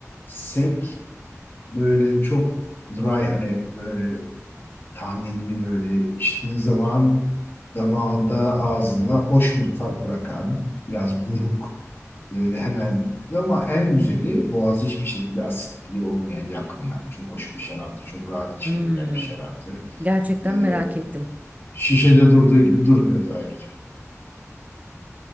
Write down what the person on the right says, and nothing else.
Hmm,
gerçekten
merak ettim.